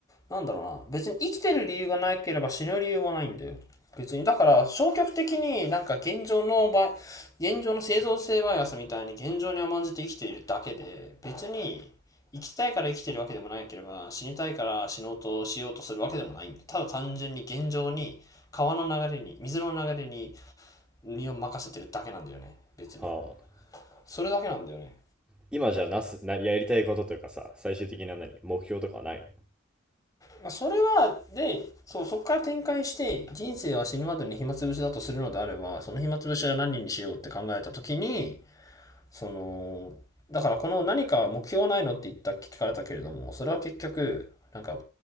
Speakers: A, on the left (about 20°); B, in the centre.
A: なんだろうな、別に生きてる理由がなければ死ぬ理由もないんだよ。別に、だから消極的になんか現状の場合、現状の生存性バイアスみたいに現状に甘んじて生きているだけで、別に生きたいから生きてるわけでもないければ、死にたいから死のうとしようとするわけでもないんで、ただ単純に現状に川の流れに、水の流れに身を任せてるだけなんだよね、別に。
B: はあ。
A: それだけなんだよね。
B: 今じゃなす、な、やりたいことというかさ、最終的な何、目標とかはないの
A: まあ、それは、で、そう、そこから展開して、人生は死ぬまでの暇つぶしだとするのであれば、その暇つぶしは何にしようって考えたときに、その、だからこの何か目標はないのって言った、聞かれたけれども、それは結局、なんか、